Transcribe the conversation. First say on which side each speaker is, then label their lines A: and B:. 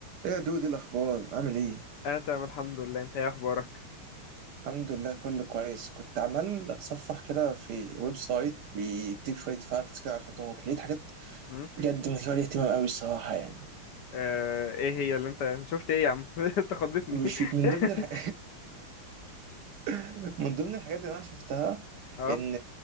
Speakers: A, on the right; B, on the left.
A: ايه يا دودي الاخبار عامل ايه
B: انا تمام الحمد لله انت ايه اخبارك
A: الحمد لله كله كويس كنت عمال اتصفح كده في ويب سايت بيديك شويه فاكتس كده عن التطوق لقيت حاجات
B: هم؟
A: بجد مثيره للاهتمام قوي الصراحه يعني
B: آه ايه هي اللي انت شفت ايه يا عم <laughs> انت خضتني
A: مش من
B: <laughs>
A: ضمن الح... <laughs> من ضمن الحاجات اللي انا شفتها
B: اه
A: ان